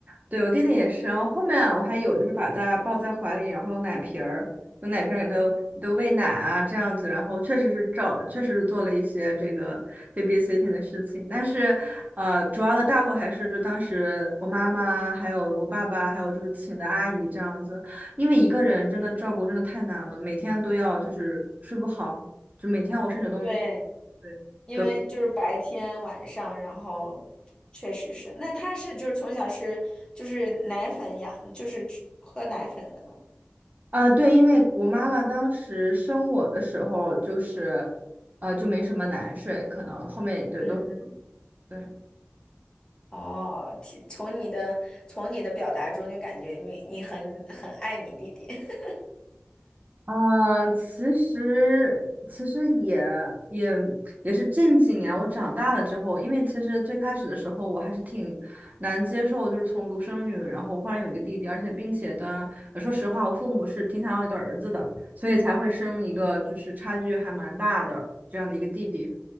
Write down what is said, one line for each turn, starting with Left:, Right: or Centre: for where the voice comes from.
Right: 对我弟弟也是，然后后面我还有就是把他抱在怀里，然后用奶瓶儿，用奶瓶儿给他给他喂奶啊，这样子，然后确实是照，确实是做了一些这个 babysitting 的事情，但是呃，主要的大头还是就当时我妈妈，还有我爸爸，还有就是请的阿姨这样子，因为一个人真的照顾真的太难了，每天都要就是睡不好，就每天我甚至都。
Left: <laughs> 对。
Right: 对。
Left: 因为就是白天晚上，
Right: 隔。
Left: 然后确实是。那他是就是从小是就是奶粉养，就是吃喝奶粉的吗？
Right: 啊，对，因为我妈妈当时生我的时候，就是，呃，就没什么奶水，可能后面对都
Left: 嗯嗯，
Right: 对。
Left: 哦，听从你的从你的表达中就感觉你你很很爱你弟弟。<laughs>
Right: 啊，其实其实也也也是近几年我长大了之后，因为其实最开始的时候我还是挺难接受，就是从独生女，然后忽然有一个弟弟，而且并且的，呃说实话，我父母是挺想要一个儿子的，所以才会生一个就是差距还蛮大的这样的一个弟弟。